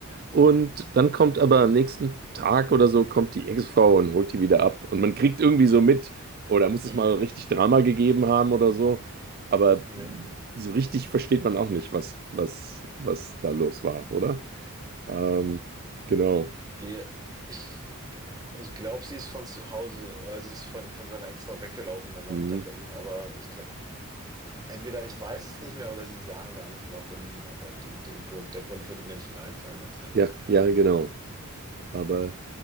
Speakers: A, on the right; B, on the right.
A: Und dann kommt aber am nächsten Tag oder so, kommt die Ex-Frau und holt die wieder ab. Und man kriegt irgendwie so mit, oder muss
B: Hm.
A: es mal richtig Drama gegeben haben oder so. Aber
B: Ne?
A: so richtig versteht man auch nicht, was, was, was da los war, oder? Ähm, genau.
B: Ja. Ich, ich glaube, sie ist von zu Hause, oder sie ist von, von seiner Ex-Frau weggelaufen und landet
A: Mhm.
B: dann bei ihm, aber ich glaube, entweder ich weiß es nicht mehr oder sie sagen gar nicht warum, aber den, den Grund, der Grund würde mir nicht mehr einfallen jetzt, ja.
A: Ja, ja, genau.
B: Hm.
A: Aber
B: Ja.